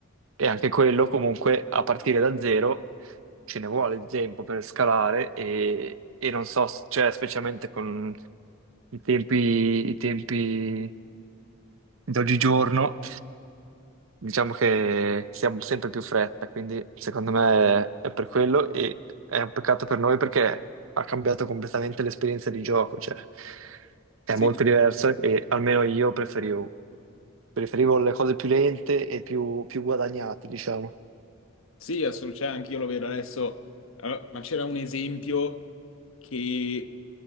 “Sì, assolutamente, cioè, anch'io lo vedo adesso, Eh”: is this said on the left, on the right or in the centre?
Left